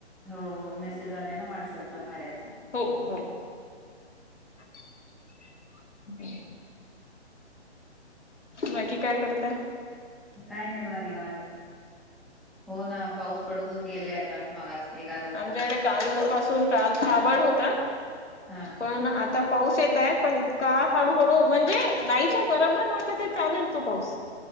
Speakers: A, in the centre; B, on the left (about 85°).
A: हो, हो. मेसेज आलाय ना व्हॉट्सअपला कार्याचा.
B: हो, हो <inaudible> <unintelligible> बाकी काय करताय?
A: काय नाही बघा निवांत. हो ना पाऊस पडून गेलंय आता मगाच एक अर्धा
B: आमच्याकडे
A: तास
B: काल पासून कालचा आभाळ होत
A: हा
B: पण आ आता पाऊस येतय पण इतका हडुहडु म्हणजे नाहीच्या बरोबर म्हटलं तर चालेल तो पाऊस <inaudible>